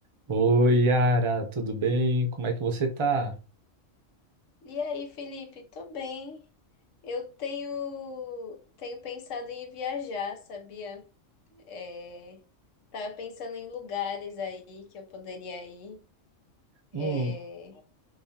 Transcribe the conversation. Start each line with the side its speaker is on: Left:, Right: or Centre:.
Right: Oi, Yara, tudo bem? Como é que você tá?
Left: E aí, Felipe? Tô bem. Eu tenho tenho pensado em viajar, sabia? É, tava pensando em lugares aí que eu poderia ir. É,
Right: Hum,